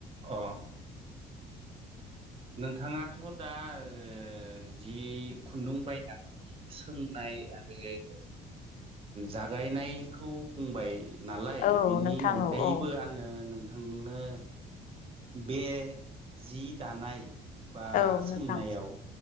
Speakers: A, on the right; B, on the left.
A: अ नोंथाङाथ' दा ओ जि खुन्दुं बायनानै सोंनाय आरो ओ जागायनायखौ बुंबाय नालाय
B: औ
A: बिनि
B: नोंथां
A: अनगायैबो
B: औ औ
A: आङो नोंथांनो बे जि दानाय बा
B: औ
A: सोंनायाव
B: नोंथां